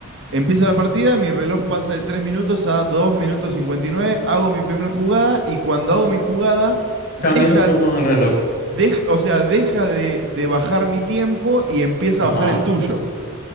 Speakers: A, on the right (about 55°); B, on the left (about 40°).
A: empieza la partida, mi reloj pasa de 3 minutos a dos minutos cincuenta y nueve hago mi primera jugada y cuando hago mi jugada, deja,
B: Cambias de turno en el reloj.
A: dej- o sea, deja de, de bajar mi tiempo y empieza
B: Ajá.
A: a bajar el tuyo.